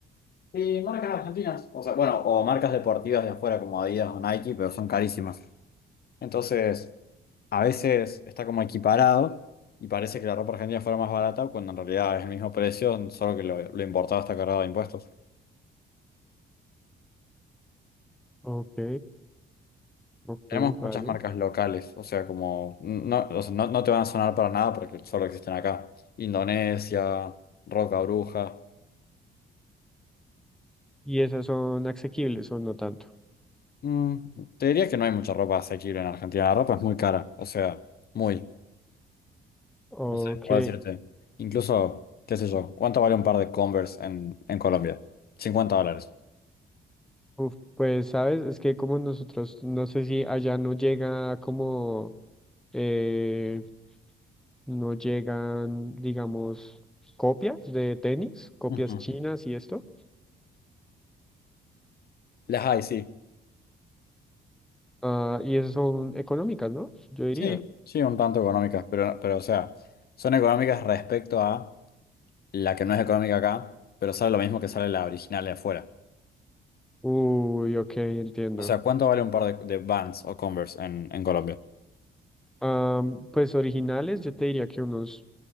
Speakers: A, on the left; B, in the centre.
A: Y marcas argentinas, o sea, bueno, o marcas deportivas de afuera como Adidas o Nike, pero son carísimas. Entonces, a veces está como equiparado y parece que la ropa argentina fuera más barata cuando en realidad es el mismo precio, solo que lo, lo importado está cargado de impuestos.
B: Ok, ok,
A: Tenemos
B: vale.
A: muchas marcas locales, o sea, como no, o sea, no, no te van a sonar para nada porque solo existen acá. Indonesia, Roca Bruja.
B: ¿Y esas son asequibles o no tanto?
A: Mm, te diría que no hay mucha ropa asequible en Argentina. La ropa es muy cara, o sea, muy.
B: Ok,
A: No sé, por decirte. Incluso, qué sé yo, ¿cuánto vale un par de Converse en, en Colombia? 50 dólares.
B: uf, pues sabes, es que como nosotros, no sé si allá no llega como, eh, no llegan, digamos, copias de tenis, copias
A: Ujú.
B: chinas y esto.
A: Las hay, sí.
B: Ah, y esas son económicas, ¿no? Yo diría.
A: Sí, sí, un tanto económicas, pero, pero o sea, son económicas respecto a la que no es económica acá, pero sale lo mismo que sale la original de afuera.
B: Uy, ok, entiendo.
A: O sea, ¿cuánto vale un par de, de Vans o Converse en, en Colombia?
B: Ah, pues originales, yo te diría que unos